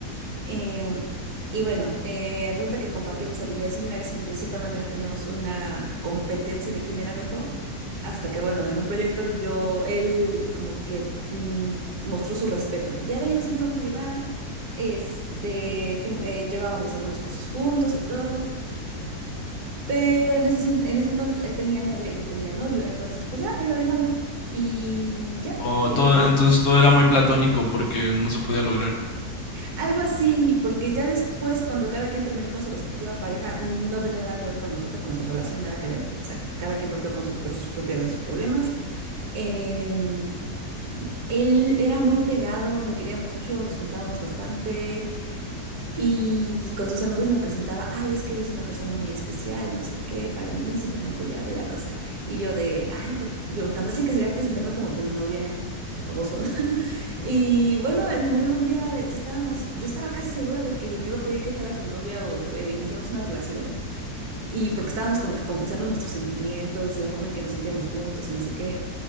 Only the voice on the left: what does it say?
O
todo, entonces todo era muy platónico porque no se podía lograr